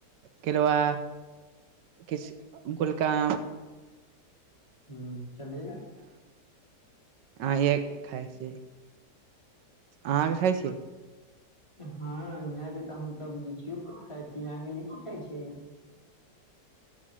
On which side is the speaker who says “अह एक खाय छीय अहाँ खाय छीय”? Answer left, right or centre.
Right